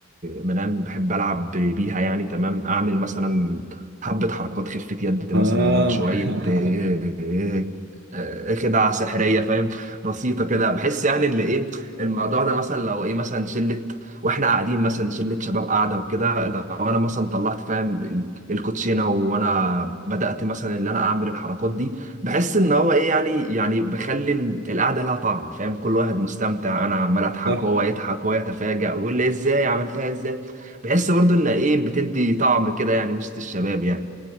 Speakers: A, on the right (about 35°); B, on the right (about 60°).
A: ما انام بحب العب بيها يعني تمام اعمل مثلا حبه حركات خفه يد
B: آه
A: مثلا شويه آه،
B: <laughs>
A: آه، آه، خدعة سحرية بسيطه كده بحس يعني ان ايه الموضوع ده مثلا لو ايه مثلا شله واحنا قاعدين مثلا شله شباب قاعده وكده لو انا مثلا طلعت فاهم ال- الكوتشينه وانا بدات مثلا ان انا اعمل الحركات دي بحس ان هو ايه يعني يعني بخلي ال- القعده لها طعم فاهم كل واحد مستمتع انا عمال اضحك
B: صح
A: هو يضحك هو يتفاجئ ويقول لي ازاي عملتها ازاي بحس برضو ان ايه بتدي طعم كده يعني وسط الشباب يعني